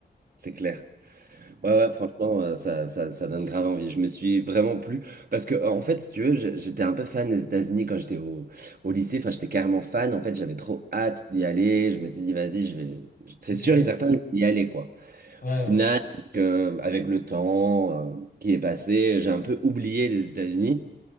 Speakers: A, on the right; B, on the left.
A: C'est clair. Ouais, ouais, franchement, euh, ça, ça, ça donne grave envie. Je me suis vraiment plu. Parce que, euh, en fait, si tu veux, j'ai- j'étais un peu fan des États-Unis quand j'étais au, au lycée. Enfin, j'étais carrément fan. En fait, j'avais trop hâte d'y aller. Je m'étais dit, vas-y, je vais. C'est
B: Ok.
A: sûr
B: Ouais,
A: et certain, je vais y aller, quoi.
B: ouais.
A: Au final, donc, euh, avec le temps euh, qui est passé, j'ai un peu oublié les États-Unis.